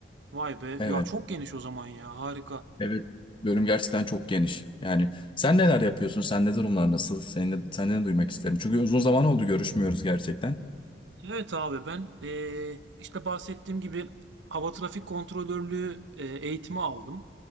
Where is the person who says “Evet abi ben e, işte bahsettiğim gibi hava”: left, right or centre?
Right